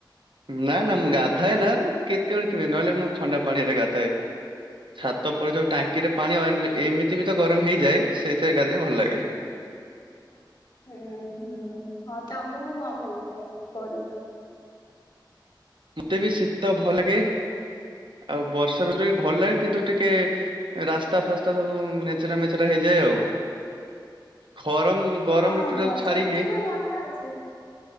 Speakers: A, on the right; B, on the left.
A: ନା ନା ମୁଁ ଗାଧାଏ ନା ମୁଁ କେତେବେଳେ କେମିତି ନହେଲେ ମୁଁ ଥଣ୍ଡା ପାଣି ରେ ଗାଧାଏ ଛାତ ପରେ ଯୋଉ ଟାଙ୍କିରେ ପାଣିିଲ ଏମିତି ବି ତ ଗରମ ହେଇଯାଏ ସେଇଥିରେ ଗାଧେଇ ଭଲ ଲାଗେ।
B: ହୁଁ ହୁଁ ହୁଁ ହଁ ତ ଆମକୁ କଣ ଭଲ ଲାଗେ କ ତୁ
A: ମତେ ବି ଶୀତ ଭଲ ଲାଗେ ଆଉ ବର୍ଷା ଋ ବି ଭଲ ଲାଗେ କିନ୍ତୁ ଟିକେ ରାସ୍ତା ଫାସ୍ତା ସବୁ ନେଚେରା ମେଚେରା ହେଇଯାଏ ଆଉ ଖରମ ଗରମ
B: ହଁ
A: ଋତୁ ଟାକୁ
B: ବର୍ଷା
A: ଛାଡିକି
B: ତୁ ବି ଭଲ ଅଛି।